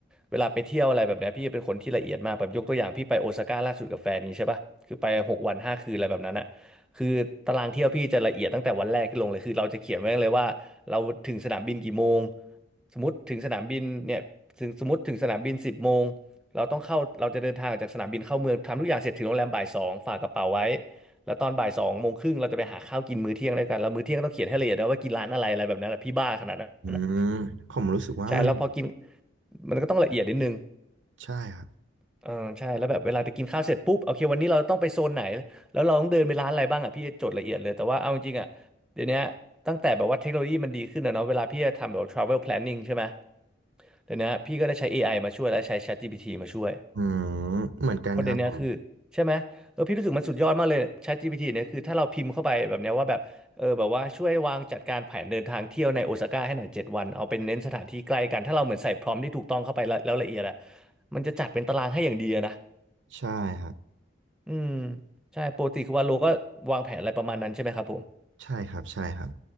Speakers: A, in the centre; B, on the right.
A: เวลาไปเที่ยวอะไรแบบเนี้ยพี่เป็นคนที่ละเอียดมากแบบยกตัวอย่างพี่ไปโอซาก้าล่าสุดกับแฟนนี้ใช่ป่ะคือไปหกวันห้าคืนอะไรแบบนั้นอะคือตารางเที่ยวพี่จะละเอียดตั้งแต่วันแรกที่ลงเลยคือเราจะเขียนไว้เลยว่าเราถึงสนามบินกี่โมงสมมติถึงสนามบินเนี่ยถึงสมมติถึงสนามบินสิบโมงเราต้องเข้าเราจะเดินทางออกจากสนามบินเข้าเมืองทำทุกอย่างเสร็จถึงโรงแรมบ่ายสองฝากกระเป๋าไว้ แล้วตอนบ่ายสองโมงครึ่งเราจะไปหาข้าวกินมื้อเที่ยงด้วยกันแล้วมื้อเที่ยงต้องเขียนให้ละเอียดนะว่ากินร้านอะไรอะไรแบบนั้นแหละพี่บ้าขนาดนั้น
B: อืม
A: <laughs> อะ
B: ผมรู้สึกว่ามัน
A: ใช่แล้วพอกินมันก็ต้องละเอียดนิดนึง
B: ใช่ครับ
A: เออใช่แล้วแบบเวลาจะกินข้าวเสร็จปุ๊บโอเควันนี้เราต้องไปโซนไหนแล้วเราต้องเดินไปร้านอะไรบ้างอ่ะพี่จดละเอียดเลยแต่ว่าเอาจริงๆอ่ะเดี๋ยวนี้ตั้งแต่แบบว่าเทคโนโลยีมันดีขึ้นนะเนาะเวลาพี่จะทำแบบ travel planning ใช่ไหมเดี๋ยวนี้พี่ก็ได้ใช้เอไอมาช่วยและใช้ ChatGPT มาช่วย
B: อืมเหมือนกันครับผม
A: เพราะเดี๋ยวนี้คือใช่ไหมเออพี่รู้สึกมันสุดยอดมากเลย ChatGPT เนี่ยคือถ้าเราพิมพ์เข้าไปแบบเนี้ยว่าแบบเออแบบว่าช่วยวางจัดการแผนเดินทางเที่ยวในโอซาก้าให้หน่อยเจ็ดวันเอาเป็นเน้นสถานที่ใกล้กันถ้าเราเหมือนใส่พรอมที่ถูกต้องเข้าไปแล้วแล้วละเอียดอะมันจะจัดเป็นตารางให้อย่างดีอะนะ
B: ใช่ครับ
A: อืมใช่ปกติคือว่าโลก็วางแผนอะไรประมาณนั้นใช่ไหมครับผม
B: ใช่ครับใช่ครับ